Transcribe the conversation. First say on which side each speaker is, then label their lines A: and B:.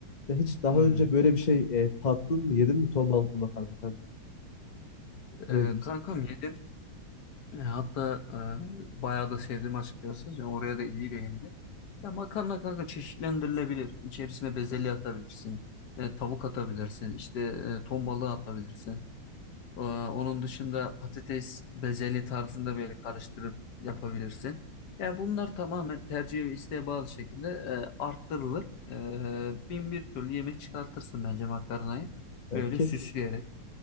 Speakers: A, on the left; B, on the left.
A: Ya hiç daha
B: Hmm.
A: önce böyle bir şey e, tattın mı? Yedin mi ton balıklı makarna kanka? Öyle
B: E,
A: diyeyim sana.
B: kankam yedim. E, hatta e, bayağı da sevdim açıkçası. Ya oraya da iyi değindin. Ya makarna kanka çeşitlendirilebilir. İçerisine bezelye atabilirsin. E, tavuk atabilirsin. İşte e, ton balığı atabilirsin. Ee, Onun dışında patates bezeli tarzında böyle karıştırıp yapabilirsin. Ya bunlar tamamen tercih ve isteğe bağlı şekilde e, arttırılır. E, bin bir türlü yemek çıkartırsın bence makarnayı.
A: Ya
B: Böyle
A: kesin.
B: süsleyerek.